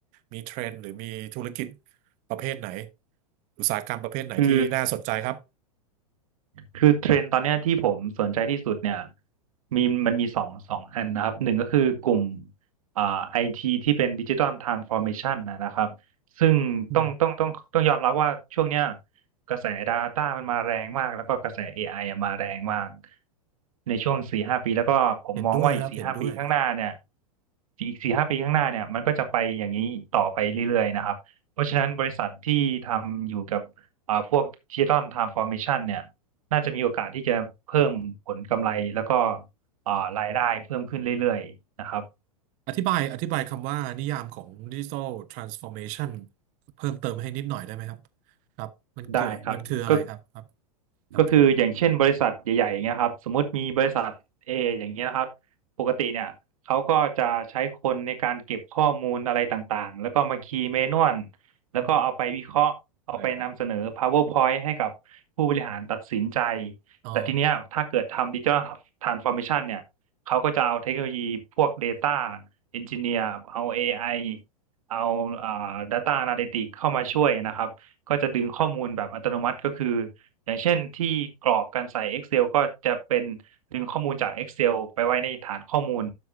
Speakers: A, on the right; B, on the right.
A: มีเทรนด์หรือมีธุรกิจประเภทไหนอุตสาหกรรมประเภทไหนที่น่าสนใจครับ
B: คือ คือเทรนด์ตอนเนี้ยที่ผมสนใจที่สุดเนี่ยมีมันมีสองสองอันนะครับหนึ่งก็คือกลุ่มอ่าไอทีที่เป็นดิจิ t a ลทรานส์ฟอร์เมชันนะครับซึ่งต้องต้องต้องต้องยอมรับว่าช่วงเนี้ย
A: อืม
B: กระแส Data มันมาแรงมากแล้วก็กระแส AI อไออะมาแรงมากในช่วงสี่ห้าปีแล้วก็ผมมองว่าอีกสี่ห้าปีข้างหน้าเนี่ย
A: เห็นด้วยครับเห็นด้วย
B: อีกสี่ห้าปีข้างหน้าเนี่ยมันก็จะไปอย่างนี้ต่อไปเรื่อยๆนะครับเพราะฉะนั้นบริษัทที่ทำอยู่กับอ่าพวกดิจิตอลทรานส์ฟอร์เมชันเนี่ย น่าจะมีโอกาสที่จะเพิ่มผลกำไรแล้วก็อ่ารายได้เพิ่มขึ้นเรื่อยๆนะครับ
A: อธิบายอธิบายคำว่านิยามของดิจิ t a ลทรานส์ฟอร์เมชันเพิ่มเติมให้นิดหน่อยได้ไหมครับครับมันเกี่ยวมันคืออะไรครับครับ
B: ได้ครับก็
A: ครับ
B: ก็คืออย่างเช่นบริษัทใหญ่ๆอย่างเงี้ยครับสมมุติมีบริษัท A อย่างเงี้ยนะครับปกติเนี่ยเขาก็จะใช้คนในการเก็บข้อมูลอะไรต่างๆแล้วก็มาคีย์เมนวลแล้วก็เอาไปวิเคราะห์เอาไปนำเสนอ
A: อืมได้ครับ
B: PowerPoint ให้กับผู้บริหารตัดสินใจ
A: อ๋อ
B: แต่ทีเนี้ยถ้าเกิดทำดิจิ a l Transformation เมชันเนี่ยเขาก็จะเอาเทคโนโลยีพวก Data Engineer เอา AI เอาอ่า Data Analytics เข้ามาช่วยนะครับก็จะดึงข้อมูลแบบอัตโนมัติก็คือ อย่างเช่นที่กรอกการใส่ Excel กเซลก็จะเป็นดึงข้อมูลจาก Excel ไปไว้ในฐานข้อมูล